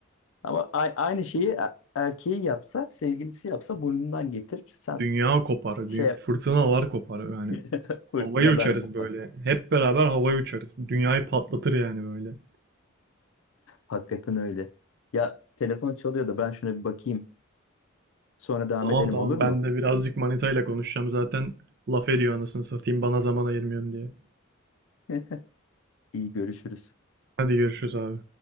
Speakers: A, on the left; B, on the right.
A: Ama a- aynı şeyi e- erkeği yapsa, sevgilisi yapsa burnundan getirir. Sen
B: Dünya kopar, dü-
A: şey
B: fırtınalar
A: yap.
B: kopar yani.
A: <laughs> Fırtınalar
B: Havaya uçarız
A: kopar.
B: böyle. Hep beraber havaya uçarız. Dünyayı patlatır yani böyle.
A: Hakikaten öyle. Ya telefon çalıyor da ben şuna bir bakayım. Sonra devam
B: Tamam
A: edelim
B: tamam
A: olur mu?
B: ben de birazcık manitayla konuşacağım zaten. Laf ediyor anasını satayım bana zaman ayırmıyorsun diye.
A: <laughs> İyi görüşürüz.
B: Hadi görüşürüz abi.